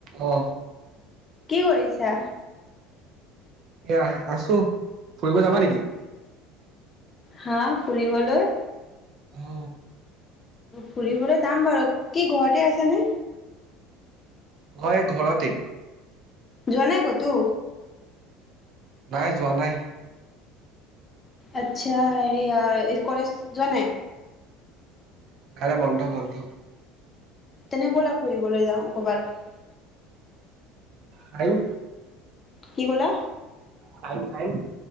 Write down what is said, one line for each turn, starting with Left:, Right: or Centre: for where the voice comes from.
Right: অ।
Left: কি কৰিছাঁ।
Right: এয়া আছো ফুৰিব যাবা নেকি?
Left: হা ফুৰিবলৈ
Right: অ
Left: ফুৰিবলৈ যাম বাৰু কি গুৱাহাটীত‌ আছ নে?
Right: হয় ঘৰতে।
Left: যোৱা নাই ক'তো?
Right: নাই যোৱা নাই।
Left: আচ্ছা হেৰি কলেজ জোৱা নাই?
Right: কাইলৈ বন্ধ, বন্ধ।
Left: তেনে ব'লা ফুৰিবলৈ যাওঁ কৰবাত
Right: পাৰি।
Left: কি ক'লা?
Right: টাইম‌। ‌ টাইম।